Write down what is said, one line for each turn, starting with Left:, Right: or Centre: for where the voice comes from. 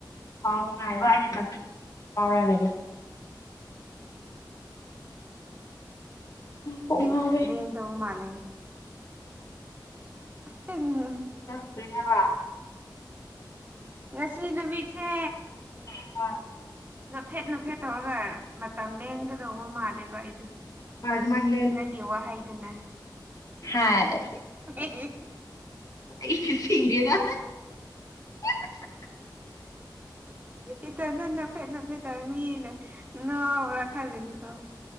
Left: ꯄꯥꯎ ꯅꯨꯡꯉꯥꯏꯕ ꯑꯩꯥꯉꯥꯎꯔꯂꯩꯔꯦ ꯀꯣꯛ
Right: ꯂꯦꯟ
Left: ꯉꯥꯎꯋꯦ
Right: ꯂꯦꯟ ꯇꯧꯕꯃꯥꯜꯂꯦ <inaudible>
Left: ꯀꯔꯤꯍꯥꯏꯕ
Right: ꯉꯁꯤ ꯅꯨꯃꯤꯠꯁꯦ
Left: ꯑꯥ
Right: ꯅꯐꯦꯠ ꯅꯐꯦꯠ ꯇꯧꯔꯒ ꯃꯇꯝ ꯂꯦꯟꯒꯗꯧꯕ ꯃꯥꯜꯂꯦꯕ ꯑꯩꯗꯣ
Left: ꯍꯣꯏ ꯑꯗꯨꯃꯥꯏꯅ
Right: ꯅꯪꯒꯤ ꯋꯥꯍꯩꯗꯨꯅ
Left: ꯍꯥꯥꯏ
Right: <inaudible>
Left: ꯑꯩ ꯁꯤꯔꯦꯗ <inaudible>
Right: ꯏꯊꯟꯅ ꯅꯣꯛꯐꯦꯠ ꯅꯣꯛꯐꯦꯠ ꯃꯤꯅ ꯉꯥꯎꯕꯔꯥ ꯈꯜꯂꯅꯤꯀꯣ